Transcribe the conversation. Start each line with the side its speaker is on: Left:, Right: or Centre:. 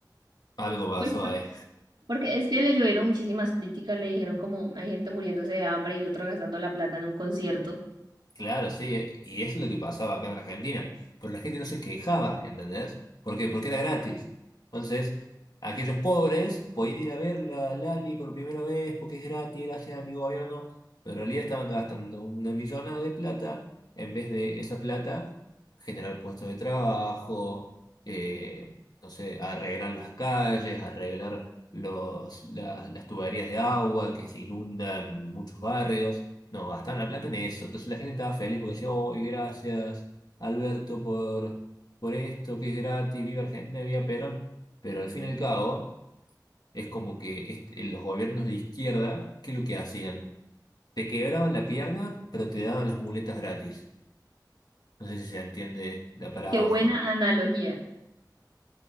Left: Algo pasó
Right: pues,
Left: ahí.
Right: porque es que le llovieron muchísimas críticas, le dijeron como hay gente muriéndose de hambre y el otro gastando la plata en un concierto.
Left: Claro, sí, eh, y eso es lo que pasaba acá en Argentina, pero la gente no se quejaba, ¿entendés? ¿Por qué? Porque era gratis. Entonces, aquellos pobres podían ir a ver la Lali por primera vez porque es gratis, gracias a mi gobierno, pero en realidad estaban gastando una millonada de plata en vez de esa plata generar puestos de trabajo, eh, no sé, arreglar las calles, arreglar los, la- las tuberías de agua que se inundan muchos barrios. No, gastaban la plata en eso. Entonces la gente estaba feliz porque decía, oh, gracias, Alberto, por, por esto, que es gratis, viva Argentina, viva Perón. Pero al fin y al cabo, es como que est- los gobiernos de izquierda, ¿qué es lo que hacían? Te quebraban la pierna, pero te daban las muletas gratis. No sé si se entiende la paradoja.
Right: Qué buena analogía.